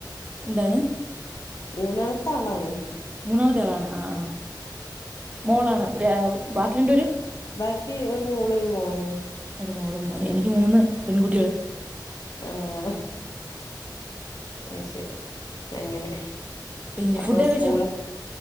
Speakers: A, on the right; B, on the left.
A: എന്താണ്
B: മൂന്നാമത്തെ ആളാണ്
A: മൂന്നാമത്തെ ആളാണ് ആഹ് ആഹ് മോളാണ് ഏ ബാക്കി രണ്ട് പേരും
B: ബാക്കി ഒരു മോളു ഒരു മോനും
A: ഒരു മോളും മോനും എനിക്ക് മൂന്ന് പെൺകുട്ടികള്
B: ആഹ് അയ്ശരി അങ്ങനെ
A: പിന്നെ
B: അപ്പൊ
A: ഫുഡൊക്കെ
B: സ്കൂള്
A: കഴിച്ചോ